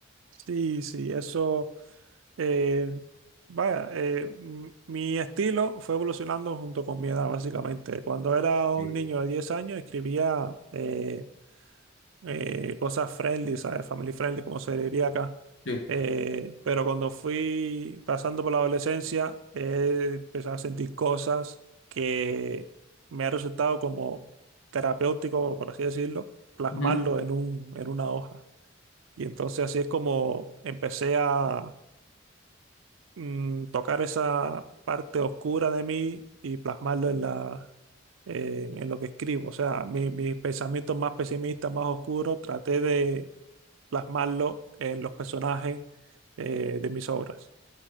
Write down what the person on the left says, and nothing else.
Sí.
Sí.
Ujú.